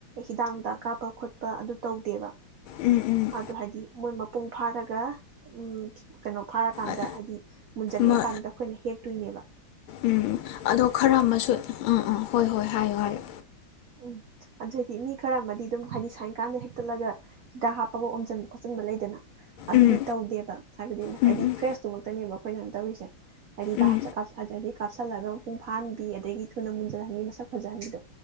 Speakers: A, on the right; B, on the left.
A: ꯍꯤꯗꯥꯛꯗ ꯀꯥꯞꯄ ꯈꯣꯠꯄ ꯑꯗꯨ ꯇꯧꯗꯦꯕ
B: ꯎꯝ
A: ꯑꯗꯣ ꯍꯥꯏꯗꯤ ꯃꯣꯏ ꯃꯄꯨꯡ ꯐꯥꯔꯒ ꯎꯝ ꯀꯩꯅꯣ ꯐꯥꯔꯀꯥꯟꯗ
B: ꯎꯝ
A: ꯍꯥꯏꯗꯤ ꯃꯨꯟꯖꯟꯂꯛꯑꯦ
B: ꯎꯝ ꯃ
A: ꯀꯥꯟꯗ ꯑꯩꯈꯣꯏꯅ ꯍꯦꯛ ꯇꯣꯏꯅꯦꯕ
B: ꯎꯝ ꯑꯗꯣ ꯈꯔ ꯑꯃꯁꯨ ꯑꯝ ꯑꯝ ꯍꯣꯏ ꯍꯣꯏ ꯍꯥꯏꯌꯨ ꯍꯥꯏꯌꯣ
A: ꯎꯝ ꯑꯗꯨꯏꯗꯤ ꯃꯤ ꯈꯔ ꯑꯃꯗꯤ ꯑꯗꯨꯝ ꯍꯥꯏꯗꯤ ꯁꯥꯏꯟꯀꯥꯟꯗ ꯍꯦꯛꯇꯠꯂꯒ ꯍꯤꯗꯥꯛ ꯍꯥꯞꯄꯒ ꯑꯣꯝꯁꯤꯟ ꯈꯣꯠꯆꯤꯟꯕ ꯂꯩꯗꯅ ꯑꯗꯨꯗꯤ
B: ꯎꯝ
A: ꯇꯧꯗꯦꯕ ꯍꯥꯏꯕꯗꯤ ꯉꯁꯥꯏꯗꯤ
B: ꯎꯝ ꯎꯝ
A: ꯐ꯭ꯔꯦꯁꯇꯨꯃꯛꯇꯅꯦꯕ ꯑꯩꯈꯣꯏꯅ ꯇꯧꯔꯤꯁꯦ <unintelligible>
B: ꯎꯝ
A: ꯀꯥꯞꯁꯤꯜꯂꯒ ꯃꯄꯨꯡ ꯐꯥꯍꯟꯕꯤ ꯑꯗꯒꯤ ꯊꯨꯅ ꯃꯨꯟꯖꯟꯍꯟꯕꯤ ꯃꯁꯛ ꯐꯖꯍꯟꯕꯤꯗꯣ